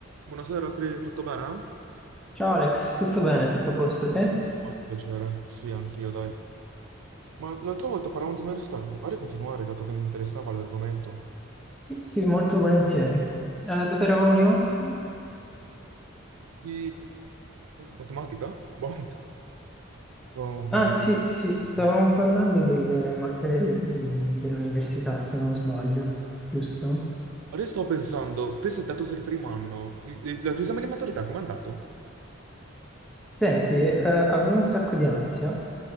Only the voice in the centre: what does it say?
Ciao Alex, tutto bene? Tutto a posto te?
Sì, sì, molto volentieri. Eh, dove eravamo rimasti?
Ah, sì,
sì, stavamo
parlando delle materie di- dell'università, se non sbaglio, giusto?
Senti, eh, avevo un sacco di ansia,